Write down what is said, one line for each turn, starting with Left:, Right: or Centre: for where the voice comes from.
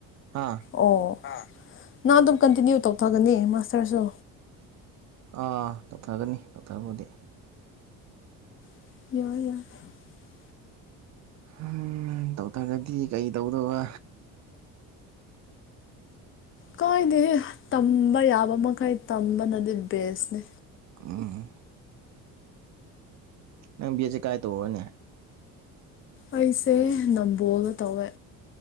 Right: ꯍꯥꯥ
Left: ꯑꯣ ꯅꯪ ꯑꯗꯨꯝ ꯀꯟꯇꯤꯅ꯭ꯌꯨ ꯇꯧꯊꯒꯅꯤ ꯃꯥꯁꯇꯔꯁꯨ
Right: ꯑꯥ ꯇꯛꯊꯒꯅꯤ ꯇꯛꯊꯕꯨꯗꯤ
Left: <unintelligible>
Right: ꯎ ꯇꯧꯇꯥꯔꯒꯗꯤ ꯀꯩ ꯇꯧꯗꯧꯕ
Left: ꯀꯣꯏꯅꯤ ꯇꯝꯕ ꯌꯥꯕ ꯃꯈꯩ ꯇꯝꯕꯅꯗꯤ ꯕꯦꯁꯅꯤ
Right: ꯑꯥ ꯅꯪ ꯕꯦꯠꯁꯦ ꯀꯥꯏ ꯇꯧꯔꯣꯅꯤ
Left: ꯑꯩꯁꯦ ꯅꯝꯕꯣꯜꯒ ꯇꯧꯋꯦ